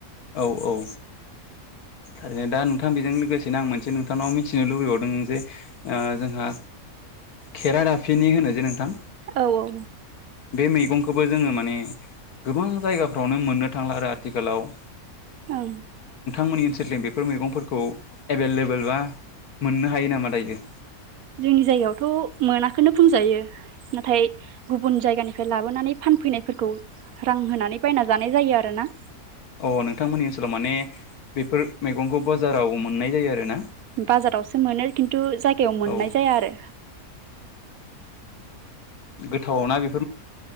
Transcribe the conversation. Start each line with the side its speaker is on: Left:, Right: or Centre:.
Left: औ औ ारैनो दा नोंथां बेजों लोगोसेनो आं मोनसे नोंथांनाव मिथिनो लुबैबावदों जे जोंहा खेरा दाफिनि होनो जे नोंथां।
Right: औ औ
Left: बे मैगंखौबो जोङो माने गोबां जायगाफ्रावनो मोननो थांला आरो आथिखालाव
Right: औ
Left: गमोननि ओनसोलथिं बेफोर मैगंफोरखौ एभेलेबेल बा मोननो हायो नामा दायो?
Right: जोंनि जायगायावथ' मोनाखोननो बुंजायो। नाथाय गुबुन जायगानिफ्राय लाबोनानै फानफैनायफोरखौ रां होनानै बायना जानाय जायो आरोना।
Left: अ नोंथांमोननि ओनसोलाव माने बेफोर मैगंखौ बाजाराव मोननाय जायो आरो ना।
Right: बाजारावसो मोनो खिन्थु जायगायाव मोननाय
Left: औ
Right: जाया आरो
Left: गोथावाव ना बेखौ